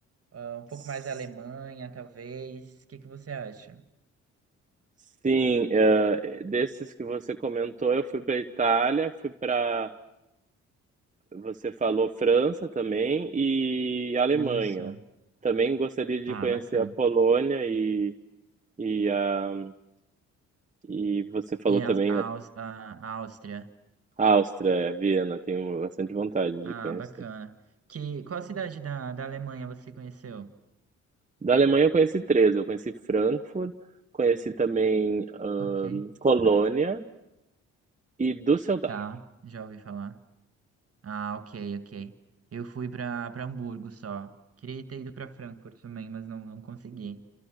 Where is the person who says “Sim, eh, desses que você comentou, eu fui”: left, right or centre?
Right